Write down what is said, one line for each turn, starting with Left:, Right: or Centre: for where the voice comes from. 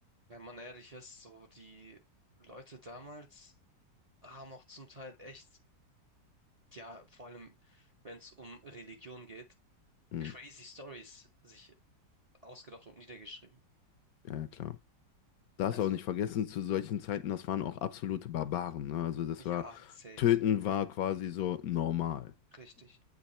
Right: wenn man ehrlich ist, so die Leute damals haben auch zum Teil echt, ja, vor allem wenn es um Religion geht,
Left: Hm.
Right: crazy Stories sich ausgedacht und niedergeschrieben.
Left: Ja, klar. Darfst
Right: Also
Left: auch nicht vergessen, zu solchen Zeiten, das waren auch absolute Barbaren, ne? Also das
Right: ja,
Left: war,
Right: safe,
Left: Töten
Right: safe,
Left: war quasi so normal.
Right: richtig.